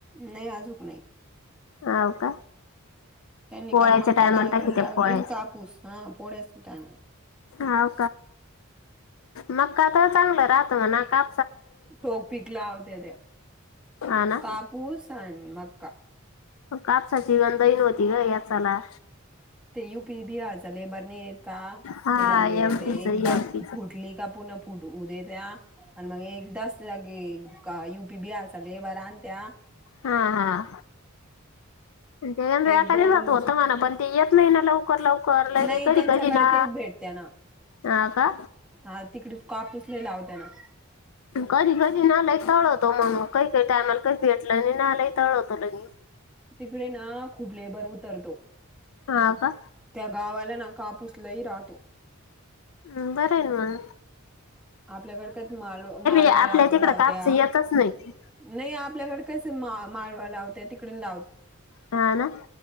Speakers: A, in the centre; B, on the left.
A: नाही, अजूक नाही.
B: अव का?
A: त्यांनी
B: पोळ्याच्या
A: काय मक्का
B: टायमाला
A: ला
B: टाकीते
A: लावली
B: पोळ्याचं
A: कापूस हा पुोढ्याच टा
B: हाव मक्का. तर चांगलं राहत म्हणा का
A: टोक पिकलावते. ते
B: हा ना
A: कापूस आणि मका.
B: कापसाची गण दहीन होती ग याचाला.
A: ते यु पी बी हर चा लेबर नाही य का?
B: हा
A: ते लावून देतेत
B: एमपीच
A: एकदा
B: एमपीच
A: कुठली का पुना उद्या त्या आणि मग एक तास लगे का युपी बी असचा लेबर आणत्या
B: हा हा ते गंज
A: एक
B: एका
A: दोन
B: दिवसत होत म्हणा पण. येत नाही ना लव लवकर लवकर ले
A: नाही
B: कधी
A: त्यांच्याकडे
B: कधी ना
A: तेच भेटत्या ना
B: हा का?
A: हा तिकडे कापूस लय लावत्या ना
B: कधी कधी ना लयक तळवतो म कय काय टायमला काई का ई येच लं आणि नालाही तळवत त्यांनी.
A: तिकडे ना खूप लेबर उतरतो.
B: हा का
A: त्या गावाल्यांना कापूस लही राहतो.
B: हम् बरंय न म.
A: आपल्याकड कात माल मालवा
B: आपल्या
A: ला
B: तिकडं
A: लावत्या.
B: कापस येतच नाही
A: नाही आपल्याकडे कसे, मारवा लावते तिकडे लावत.
B: हा ना